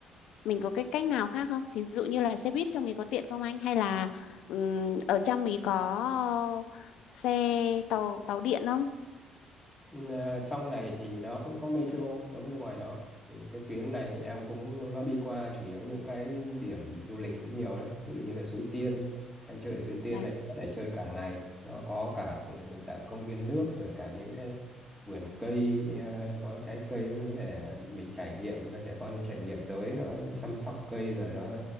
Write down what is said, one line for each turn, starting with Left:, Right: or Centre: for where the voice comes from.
Left: Mình có cái cách nào khác không? Thí dụ như là xe buýt trong mình có tiện không anh? Hay là ừm, ở trong mình có xe tàu tàu điện không?
Centre: Ừm, à, trong này thì nó cũng có metro giống như ngoài đó thì cái tuyến này thì em cũng nó đi qua chủ yếu những cái điểm du lịch cũng nhiều đấy ví dụ như là Suối Tiên em chơi ở Suối Tiên
Left: Dạ,
Centre: này có thể chơi cả ngày nó có cả dạng công viên nước rồi cả những cái vườn cây à, có trái cây để mình trải nghiệm cho trẻ con trải nghiệm tới nó chăm sóc cây rồi nó